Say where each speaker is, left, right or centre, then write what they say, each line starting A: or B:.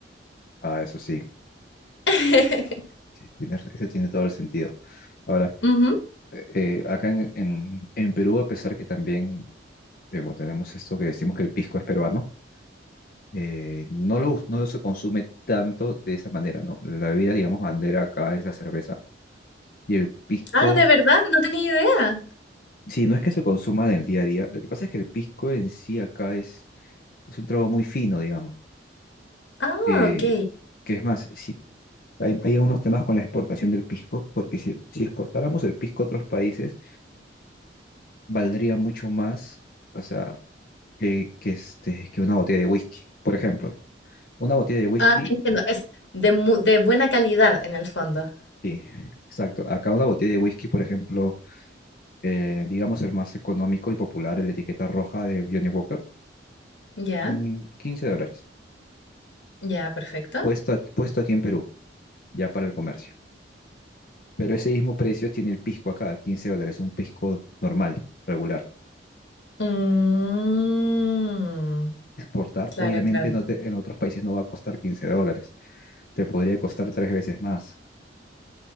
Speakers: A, on the left; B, on the left.
A: Ah, eso sí,
B: <laughs>
A: sí, tiene, ese tiene todo el sentido. Ahora,
B: Ujú.
A: eh, acá en, en, en Perú, a pesar que también eh, bueno, tenemos esto que decimos que el pisco es peruano, eh, no lo, us- no se consume tanto de esa manera, ¿no? La bebida, digamos, bandera acá es la cerveza y el pisco,
B: Ah, ¿de verdad? No tenía idea.
A: sí, no es que se consuma en el día a día, lo que pasa es que el pisco en sí acá es, es un trago muy fino, digamos,
B: Ah,
A: eh,
B: ok.
A: que es más, si, hay, hay algunos temas con la exportación del pisco, porque si, si exportáramos el pisco a otros países, valdría mucho más, o sea, que, que, este, que una botella de whisky, por ejemplo. Una botella de whisky,
B: Ah, entiendo. Es de, mu- de buena calidad en el fondo.
A: sí, exacto. Acá una botella de whisky, por ejemplo, eh, digamos el más económico y popular, el etiqueta roja de Johnny Walker,
B: Ya,
A: mm, 15 dólares,
B: ya, perfecto.
A: puesto aquí, puesto aquí en Perú, ya para el comercio. Pero ese mismo precio tiene el pisco acá, 15 dólares, un pisco normal, regular.
B: Mm,
A: Exportar,
B: claro,
A: obviamente,
B: claro.
A: no te- en otros países no va a costar 15 dólares, te podría costar tres veces más.